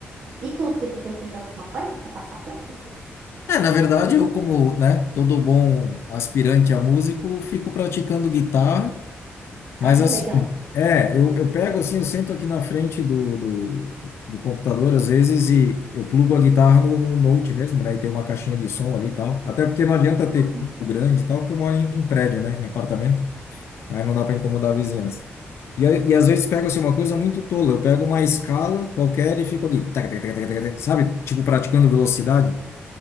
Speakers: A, on the right; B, on the left.
A: E tu, que tu tem feito alguma coisa para passar tempo assim?
B: É, na verdade, eu como, né, todo bom aspirante a músico, fico praticando guitarra Mas
A: Ah,
B: assim,
A: legal.
B: é, eu, eu pego assim, eu sento aqui na frente do, do, do computador às vezes e eu plugo a guitarra no, no Note mesmo, né? E tem uma caixinha de som ali e tal. Até porque não adianta ter
A: Uhum.
B: o grande e tal, porque eu moro em, em prédio, né? Em apartamento. Aí não dá para incomodar a vizinhança. E, a- e às vezes pego assim uma coisa muito tola. Eu pego uma escala qualquer e fico ali, tac, tac, tac, tac, tac, tac, sabe? Tipo praticando velocidade.